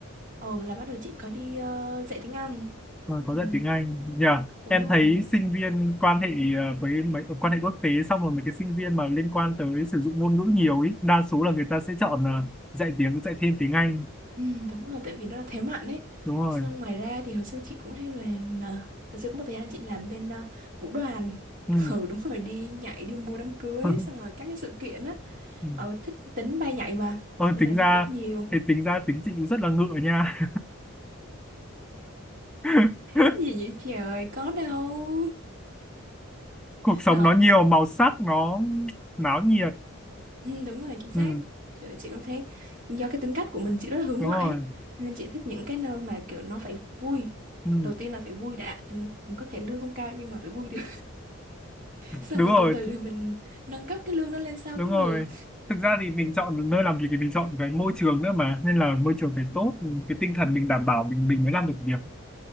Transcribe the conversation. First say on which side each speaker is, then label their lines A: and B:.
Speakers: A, on the right (about 40°); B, in the centre.
A: Ờ là bắt đầu chị có đi ờ, dạy tiếng Anh.
B: Ờ, có
A: Ừ,
B: dạy tiếng Anh. Nhờ
A: đúng
B: Em
A: rồi.
B: thấy sinh viên quan hệ ờ, với mấy quan hệ quốc tế xong rồi mấy cái sinh viên mà liên quan tới sử dụng ngôn ngữ
A: Ừ.
B: nhiều ý, đa số là người ta sẽ chọn ờ, dạy tiếng dạy thêm tiếng Anh.
A: Ừ, đúng rồi, tại vì nó là thế mạnh ấy.
B: Đúng rồi.
A: Xong ngoài ra thì hồi xưa chị cũng hay làm mà hồi xưa có một thời gian chị làm bên ờ, vũ đoàn.
B: Ừ.
A: <laughs> Ừ đúng rồi, đi nhảy đi mua đám cưới
B: <laughs>
A: xong rồi các cái sự kiện á.
B: Ừ.
A: Ờ thích tính bay nhảy mà.
B: Ôi,
A: Nên
B: tính
A: là đi
B: ra
A: cũng nhiều.
B: thì tính ra tính chị cũng rất là ngựa nha. <laughs>
A: <laughs> Gì vậy trời, có đâu.
B: Cuộc sống
A: Đó,
B: nó nhiều màu sắc, nó náo nhiệt.
A: ừ, đúng rồi, chính xác.
B: Ừ,
A: Kiểu Chị cũng thấy do cái tính cách của mình chị rất là hướng
B: đúng
A: ngoại
B: rồi.
A: ấy. Nên chị thích những cái nơi mà kiểu nó phải vui.
B: Ừ.
A: Đầu tiên là phải vui đã, Ừ, có thể lương không cao nhưng mà phải vui được. xong
B: Đúng
A: rồi
B: rồi,
A: từ từ
B: th-
A: thì mình nâng cấp cái lương đó lên sau
B: đúng
A: cũng
B: rồi.
A: được
B: Thực ra thì mình chọn nơi làm việc thì mình chọn cái môi trường nữa mà, nên là môi trường phải tốt, cái tinh thần mình đảm bảo mình mình mới làm được việc.